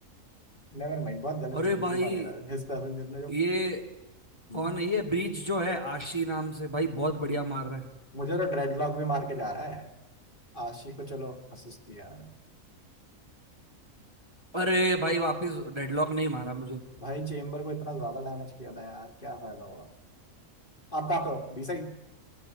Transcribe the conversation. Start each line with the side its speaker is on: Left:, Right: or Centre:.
Left: नेवर माइंड बहुत गलत
Right: अरे
Left: डिसीजन
Right: भाई
Left: था मेरा हिज पैसेंजर ने जो
Right: ये
Left: हम्म,
Right: कौन है ये ब्रीच जो है आशी नाम से भाई बहुत बढ़िया मार रहा है
Left: मुझे तो ड्रेडलॉक भी मार के जा रहा है आशी को चलो असिस्ट किया मैंने
Right: अरे भाई वापस डेडलॉक नहीं मारा मुझे
Left: भाई चेम्बर को इतना ज्यादा डैमेज किया था यार क्या फायदा हुआ आप कहाँ पे हो बी साइड